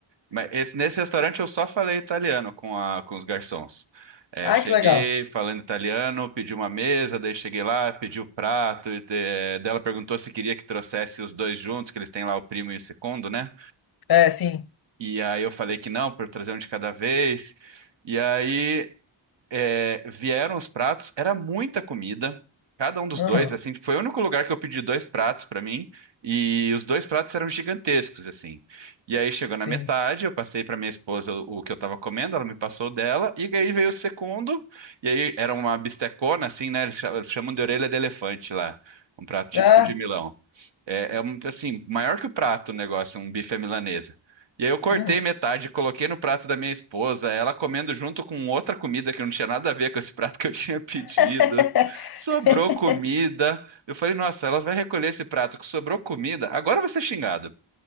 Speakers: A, on the right; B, on the left.
A: Mas esse- nesse restaurante eu só falei italiano com, a- com os garçons. É,
B: Ah,
A: eu cheguei
B: que legal.
A: falando italiano, pedi uma mesa, daí cheguei lá, pedi o prato, e, eh, daí ela perguntou se queria que trouxesse os dois juntos, que eles têm lá o primo e o segundo, né?
B: É, sim.
A: E aí eu falei que não, para trazer um de cada vez. E aí é, vieram os pratos, era muita comida. Cada um dos
B: Uhum,
A: dois, assim, foi o único lugar que eu pedi dois pratos para mim, e os dois pratos eram gigantescos, assim. E aí chegou na
B: sim.
A: metade, eu passei para minha esposa o o que eu tava comendo, ela me passou o dela, e aí veio o segundo, e aí era uma bistecona, assim, né? Eles cha- chamam de orelha de elefante lá, um prato típico
B: Ah,
A: de Milão. É, é um, assim, maior que o prato o negócio, um bife à milanesa. E aí eu cortei
B: uhum.
A: metade, coloquei no prato da minha esposa, ela comendo junto com outra comida que não tinha nada a ver com esse prato que eu <laughs> tinha pedido.
B: <laughs>
A: Sobrou comida. Eu falei, nossa, elas vai recolher esse prato que sobrou comida. Agora eu vou ser xingado.